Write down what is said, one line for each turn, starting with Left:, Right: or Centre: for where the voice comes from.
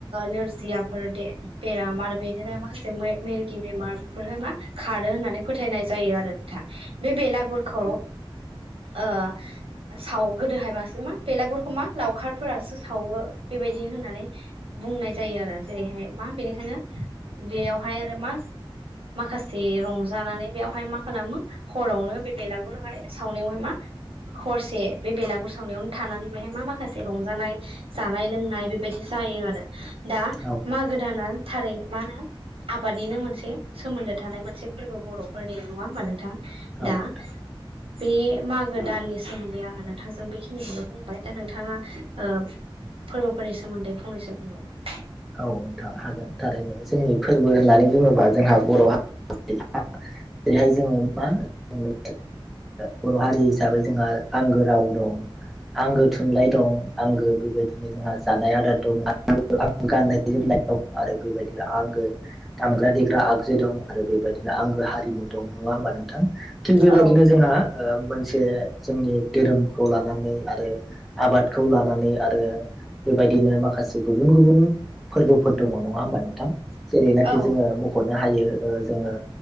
Right: नोरजिया <unintelligible> बेराम आरो बेदिनो माखासे मिरगि बेमार बेफोरहाय मा खारो होननानै फोथायनाय जायो आरो नोंथा बे बेलागुरखौ ओ सावो गोदोहाय बांसिन मा बेलागुरफोरखौ मा लावखारफोरासो सावो बेबायदि होननानै बुंनाय जायो आरो जेरैहाय मा बेनिखायनो बेयावहाय आरो मा माखासे रं जानानै बेयावहाय मा खालामो हरावनो बे बेलागुरहाय सावनायावहाय मा हरसे बे बेलागुर सावनायावनो थानानै बेहाय मा माखासे रंजानाय जानाय लोंनाय बेबायदि <unintelligible> आरो दा
Centre: औ
Right: मागो दाना थारैनो मा होनो आबादनिनो मोनसे सोमोन्दो थानाय मोनसे फोरबो बर'फोरनि नङा होनोमबा नोंथां?
Centre: नोंथां
Right: दा बे मागो दाननि सोमोन्दै इंसान नोंथांजों बेखिनिखौनो बुंबाय दा नोंथाङा ओ फोरबोफोरनि सोमोन्दै फंनैसो बुंनोबा
Centre: औ नोंथां हागोन थारैनो जोंनि फोरबो होननानै बुङोबा जोंहा बर' हा <unintelligible> रैहाय जोङो मा <unintelligible> ओ बर' हारि हिसाबै जोंहा आंगो राव दं आंगो थुनलाइ दं आंगो बेबायदिनो जोंहा जानाय आदार दं गाननाय जोमनाय औ आरो बेबायदिनो आंगो दामग्रा देग्रा आगजु दं आरो बेबायदिनो आंगो हारिमु दं नङा होमबा नोंथां थिग बेबादिनो
Right: औ
Centre: जोंहा मोनसे जोंनि धोरोमखौ लानानै आरो आबादखौ लानानै आरो बेबायदिनो माखासे गुबुन गुबुन फोरबोफोर दङ नङा होमबा नोंथां जेरैनाखि
Right: औ
Centre: जोङो मख'नो हायो जोङो